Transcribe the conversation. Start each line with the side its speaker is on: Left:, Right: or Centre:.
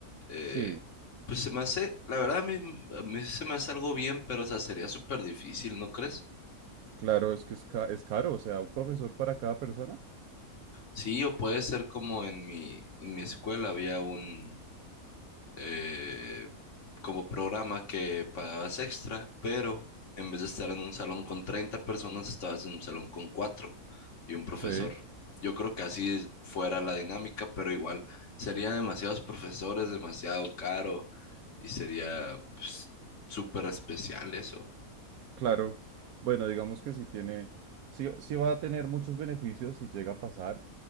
Left: eh,
Right: Sí,
Left: pues se me hace, la verdad, a mí, a mí se me hace algo bien, pero o sea, sería súper difícil, ¿no crees?
Right: claro, es que es, ca- es caro, o sea, un profesor para cada persona.
Left: Sí, o puede ser como en mi, en mi escuela había un, eh, como programa que pagabas extra, pero en vez de estar en un salón con 30 personas, estabas en un salón con 4 y un profesor.
Right: Sí.
Left: Yo creo que así es- fuera la dinámica, pero igual sería demasiados profesores, demasiado caro y sería pues, súper especial eso.
Right: Claro, bueno, digamos que sí tiene, sí, sí va a tener muchos beneficios si llega a pasar,